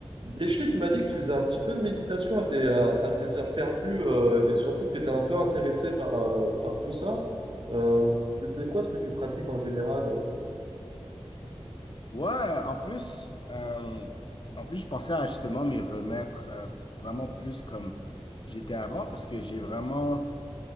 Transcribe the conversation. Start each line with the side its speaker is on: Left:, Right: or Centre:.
Right: Guéchelé, tu m'as dit que tu faisais un petit peu de méditation à tes, à, à tes heures perdues euh, et surtout que tu étais un peu intéressé par, euh, par tout ça. Euh, c'est c'est quoi ce que tu pratiques en général? euh
Left: Ouais, en plus, euh, en plus, je pensais à justement m'y remettre euh, vraiment plus comme j'étais avant parce que j'ai vraiment